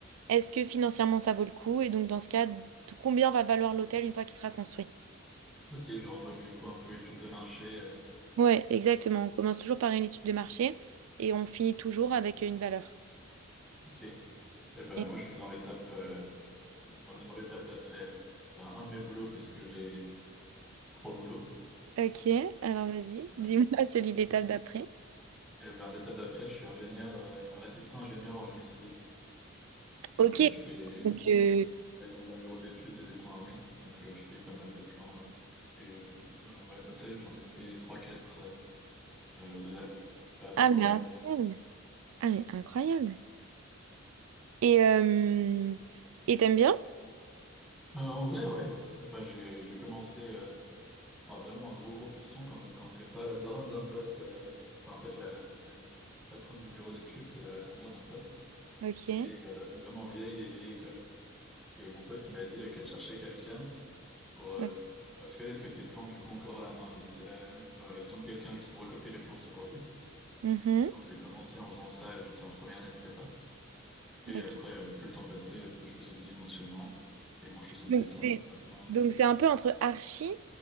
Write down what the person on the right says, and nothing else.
Est-ce que financièrement ça vaut le coup? Et donc dans ce cas, de combien va valoir l'hôtel une fois qu'il sera construit?
Ouais, exactement. On commence toujours par une étude de marché et on finit toujours avec une valeur.
Et-
Ok, alors vas-y,
dis-moi <laughs> celui de l'étape
d'après.
Ok,
donc
euh,
ah mais incroyable. Ah mais incroyable. Et euh, et t'aimes bien?
Ok.
ok.
Mhm.
Ok.
Donc
c'est
donc c'est un peu entre archi